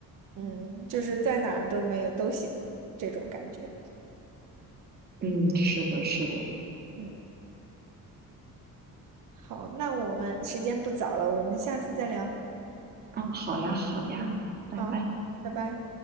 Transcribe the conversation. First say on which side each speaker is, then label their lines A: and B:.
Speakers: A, on the right (about 65°); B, on the right (about 30°).
A: 嗯，就是在哪儿都没有都行这种感觉。
B: 嗯，是的，是的。
A: 嗯，好，那我们时间不早了，我们下次再聊。
B: 啊，好呀，好呀，
A: 嗯，
B: 拜拜。
A: 好，拜拜。